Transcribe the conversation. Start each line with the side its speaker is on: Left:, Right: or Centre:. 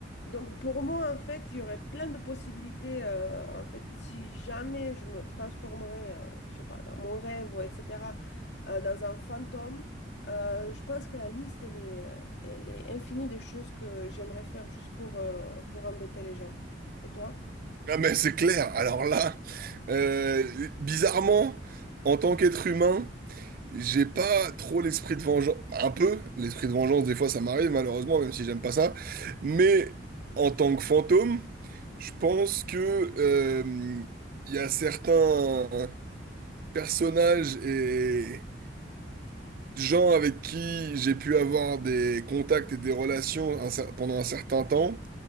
Left: Donc pour moi, en fait, il y aurait plein de possibilités. euh, en fait, si jamais je me transformerais, euh, je sais pas, dans mon rêve, ou etc., euh, dans un fantôme, euh, je pense que la liste, elle est, elle est infinie des choses que j'aimerais faire juste pour, euh, pour embêter les gens. Et toi?
Right: Ah mais c'est clair. Alors là, euh, bizarrement, en tant qu'être humain, j'ai pas trop l'esprit de vengeance. Un peu, l'esprit de vengeance, des fois ça m'arrive malheureusement, même si j'aime pas ça. Mais en tant que fantôme, je pense que euh, il y a certains personnages et gens avec qui j'ai pu avoir des contacts et des relations un cer- pendant un certain temps,